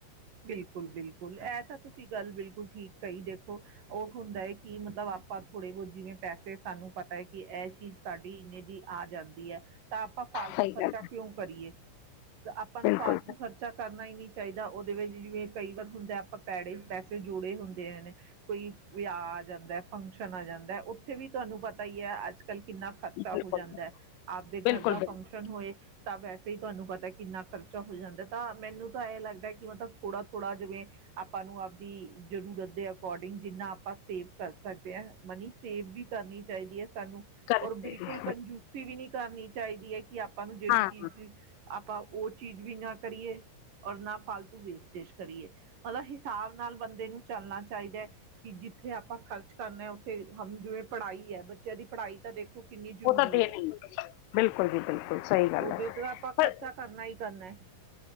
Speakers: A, on the right (about 50°); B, on the left (about 90°).
A: ਬਿਲਕੁਲ-ਬਿਲਕੁਲ। ਇਹ ਤਾਂ ਤੁਸੀਂ ਗੱਲ ਬਿਲਕੁਲ ਠੀਕ ਕਹੀ ਦੇਖੋ ਉਹ ਹੁੰਦਾ ਹੈ ਕਿ ਮਤਲਬ ਆਪਾਂ ਥੋੜੇ -ਬਹੁਤ ਜਿਵੇਂ ਪੈਸੇ ਸਾਨੂੰ ਪਤਾ ਹੈ ਕਿ ਇਹ ਚੀਜ਼ ਸਾਡੀ ਇੰਨ ਦੀ ਆ ਜਾਂਦੀ ਹੈ। ਤਾਂ ਆਪਾਂ ਫਾਲਤੂ
B: ਸਹੀ
A: ਖਰਚਾ
B: ਗੱਲ
A: ਕਿਉਂ ਕਰੀਏ, ਤੇ ਆਪਾਂ ਨੂੰ ਫਾਲਤੂ
B: ਬਿਲਕੁਲ
A: ਖਰਚ ਖਰਚਾ ਕਰਨਾ ਹੀ ਨਹੀਂ ਚਾਹੀਦਾ ਉਹਦੇ ਵਿੱਚ ਜਿਵੇਂ ਕਈ ਵਾਰ ਹੁੰਦੇ ਆਪਾਂ ਪੈੜੇ ਪੈਸੇ ਜੋੜੇ ਹੁੰਦੇ ਨੇ। ਕੋਈ ਵਿਆਹ ਆ ਜਾਂਦਾ, ਫੰਕਸ਼ਨ ਆ ਜਾਂਦਾ, ਉੱਥੇ ਵੀ ਤੁਹਾਨੂੰ ਪਤਾ ਹੀ ਹੈ ਅੱਜ ਕੱਲ੍ਹ ਕਿੰਨਾ ਖਰਚਾ
B: ਬਿਲਕੁਲ
A: ਹੋ ਜਾਂਦਾ ਹੈ। ਆਪਦੇ
B: ਬਿਲਕੁਲ
A: ਘਰ ਦਾ
B: ਬਿਲਕੁਲ
A: ਫੰਕਸ਼ਨ ਹੋਏ। ਤਾਂ ਵੈਸੇ ਹੀ ਤੁਹਾਨੂੰ ਪਤਾ ਕਿੰਨਾ ਖਰਚਾ ਹੋ ਜਾਂਦਾ ਤਾਂ, ਮੈਨੂੰ ਤਾਂ ਇਹ ਲੱਗਦਾ ਕਿ ਮਤਲਬ ਥੋੜ੍ਹਾ - ਥੋੜ੍ਹਾ ਜਿਵੇਂ ਆਪਾਂ ਨੂੰ ਆਪਦੀ, ਜ਼ਰੂਰਤ ਦੇ ਅਕੋਰਡਿੰਗ ਜਿੰਨਾ ਆਪਾਂ ਸੇਵ ਕਰ ਸਕਦੇ ਹਾਂ, ਮਨੀ ਸੇਵ ਵੀ ਕਰਨੀ ਚਾਹੀਦੀ ਹੈ ਸਾਨੂੰ। ਔਰ
B: ਕਰਦੇ
A: ਬਿਲਕੁਲ
B: ਹਾਂ
A: ਕੰਜੂਸੀ ਵੀ ਨਹੀਂ ਕਰਨੀ ਚਾਹੀਦੀ ਹੈ, ਕਿ ਆਪਾਂ ਨੂੰ ਜਿਹੜੀ
B: ਹਾਂ,
A: ਚੀਜ਼ ਆਪਾਂ ਉਹ ਚੀਜ਼ ਵੀ ਨਾ ਕਰੀਏ। ਔਰ ਨਾ ਫਾਲਤੂ ਵੇਸਟੇਜ ਕਰੀਏ, ਮਤਲਬ ਹਿਸਾਬ ਨਾਲ ਬੰਦੇ ਨੂੰ ਚੱਲਣਾ ਚਾਹੀਦਾ ਹੈ। ਕਿ ਜਿੱਥੇ ਆਪਾਂ ਖਰਚ ਕਰਨਾ, ਉੱਥੇ ਹ ਜਿਵੇਂ ਪੜ੍ਹਾਈ ਹੈ, ਬੱਚਿਆਂ ਦੀ ਪੜ੍ਹਾਈ ਤਾਂ ਦੇਖੋ ਕਿੰਨੀ ਜ਼ਰੂਰੀ
B: ਉਹ ਤਾਂ ਦੇਣ
A: ਹੈ
B: ਹੀ ਬਿਲਕੁਲ ਜੀ, ਬਿਲਕੁਲ। ਸਹੀ ਗੱਲ
A: ਉਹਦੇ
B: ਹੈ
A: ਤੇ ਆਪਾਂ
B: ਪਰ
A: ਖਰਚਾ ਕਰਨਾ ਹੀ ਕਰਨਾ,